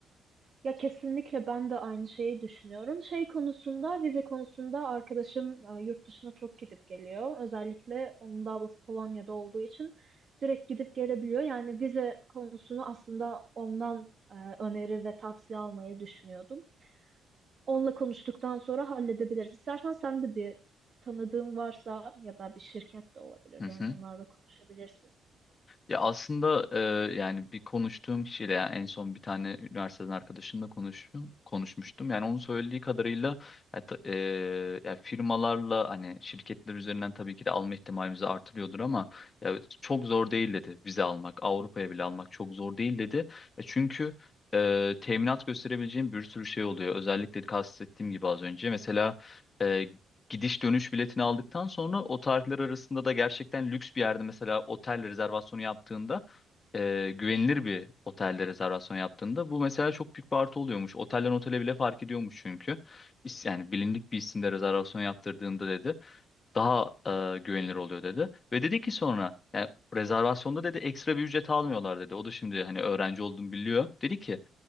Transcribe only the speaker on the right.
Ya kesinlikle ben de aynı şeyi düşünüyorum. Şey konusunda, vize konusunda arkadaşım e, yurt dışına çok gidip geliyor. Özellikle onun da ablası Polonya'da olduğu için direkt gidip gelebiliyor. Yani vize konusunu aslında ondan e, öneri ve tavsiye almayı düşünüyordum. Onunla konuştuktan sonra halledebiliriz. İstersen sen de bir tanıdığın varsa ya da bir şirket de olabilir.
Yani
onlarla konuşabilirsin.